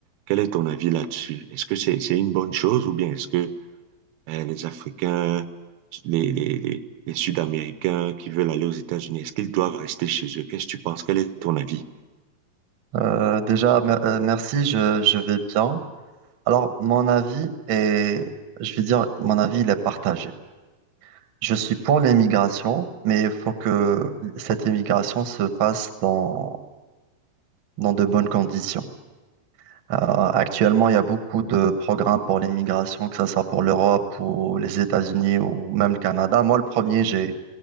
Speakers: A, on the right (about 80°); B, on the right (about 60°).
A: Quel est ton avis là-dessus? Est-ce que c'est c'est une bonne chose ou bien est-ce que euh, les Africains, les, les, les, les Sud-Américains qui veulent aller aux États-Unis? Est-ce qu'ils doivent rester chez eux? Qu'est-ce que tu penses? Quel est ton avis?
B: Euh, déjà, mer- euh, merci, je, je vais bien. Alors, mon avis est, je vais dire, mon avis, il est partagé. Je suis pour l'émigration, mais il faut que cette émigration se fasse dans, dans de bonnes conditions. Euh, actuellement, il y a beaucoup de programmes pour l'immigration, que ce soit pour l'Europe ou les États-Unis ou même le Canada. Moi, le premier, j'ai,